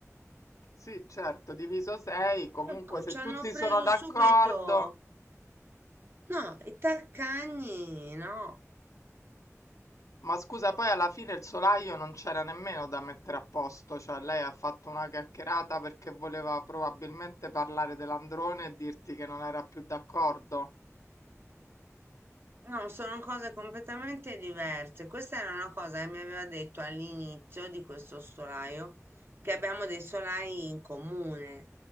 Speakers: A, on the left; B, on the right.
A: sì, certo, diviso 6, comunque
B: Ecco,
A: se
B: ci hanno
A: tutti
B: preso
A: sono d'accordo.
B: subito. No, i taccagni, no.
A: Ma scusa, poi alla fine il solaio non c'era nemmeno da mettere a posto, cioè lei ha fatto una chiacchierata perché voleva probabilmente parlare dell'androne e dirti che non era più d'accordo.
B: No, sono cose completamente diverse. Questa era una cosa che mi aveva detto all'inizio di questo solaio, che abbiamo dei solai in comune,